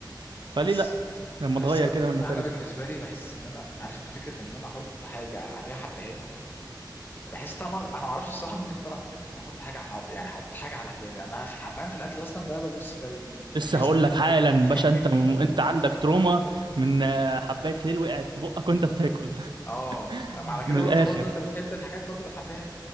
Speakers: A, on the right; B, on the left.
A: فليه
B: بس
A: لا لما
B: بس
A: تغير كده من الماتيريال
B: انا بالنسبه لي بحس ان انا عارف انت فكره ان انا احط حاجه عليها حبهان بحس طعمها انا ما اعرفش الصراحه مين اللي اخترع فكره ان انا احط حاجه على حب... يعني احط حاجه على حباني انا في الحبان في الاكل اصلا ده ببص ده بي... بي... بينرفزني
A: لسه هقول لك حالا
B: <laughs>
A: باشا انت م... انت عندك تروما من آه، حباية هيل وقعت في بقك وانت بتاكل
B: اه ما
A: <laughs>
B: على كده
A: من الاخر
B: برضه برضه انت بتحب الحاجات برضه بالحبان